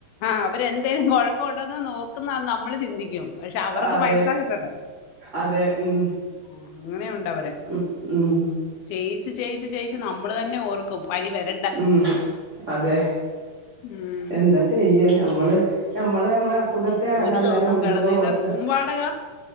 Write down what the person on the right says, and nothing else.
അതെ
അതെ ഉം
ഉ ഊം
ഉം അതെ
എന്താ ച് ചെയ്യാ ഞമ്മള് ഞമ്മള് ഞമ്മളെ അസുഖത്തേനല്ലന്നേരം
മുൻതൂക്കം
കൊടുക്ക